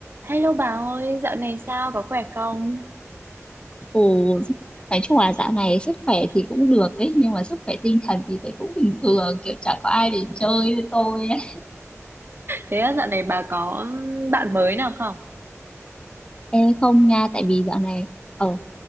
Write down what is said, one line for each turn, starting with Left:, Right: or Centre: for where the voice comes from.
Right: Hello bà ơi, dạo này sao, có khỏe không?
Left: Ồ, nói chung là dạo này sức khỏe thì cũng được ấy, nhưng mà sức khỏe tinh thần thì thấy cũng bình thường, kiểu chẳng có ai để chơi với tôi ấy.
Right: Thế á, dạo này bà có bạn mới nào không?
Left: Ê, không nha, tại vì dạo này, ờ,